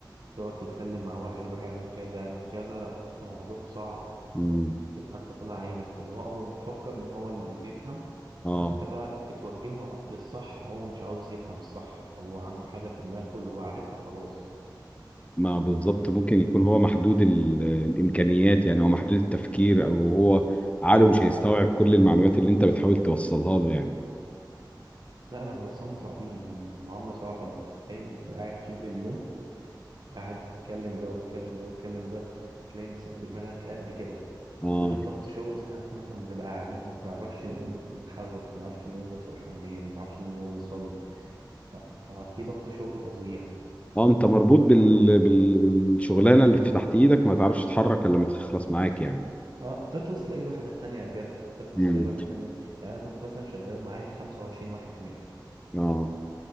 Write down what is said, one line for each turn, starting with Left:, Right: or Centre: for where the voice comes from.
Right: تقعد تتكلم مع واحد روح اعمل كذا اعمل كذا موضوع صعب
Left: مم.
Right: تبقى انت طالع عينك اللي هو هو مفكر ان هو اللي بيفهم
Left: اه
Right: وانت بقى بتوجهه للصح هو مش عاوز يفهم الصح هو عنده حاجة في دماغه اللي هو عارفها خلاص
Left: ما بالظبط ممكن يكون هو محدود ال... الامكانيات يعني او محدود التفكير او هو عقله مش هيستوعب كل المعلومات اللي انت بتحاول توصلها له يعني
Right: لا لا بس هم صعبين يعني معاملة صعبة انت بتخيل انت قاعد طول اليوم قاعد بتتكلم ده وتتكلم ده وتتكلم ده بتخ... تلاقي مثلا دماغك قد كده
Left: اه
Right: غير ضغط شغل ساعات مثلا بنبقى قاعدين ما بنعرفش نقوم نتحرك ما بنعرفش نقوم ندخل الحمام ما بنعرفش نقوم نصلي ف... ففي ضغط شغل فظيع
Left: اه انت مربوط بال... بال... بالشغلانه اللي في تحت ايدك ما تعرفش تتحرك الا لما تخلص معاك يعني
Right: اه تخلص تلاقي واحدة تانية جت تخلص
Left: مم.
Right: تلاقي واحدة تانية يعني أنا كنت مثلا شغال معايا 25 واحد هناك
Left: اه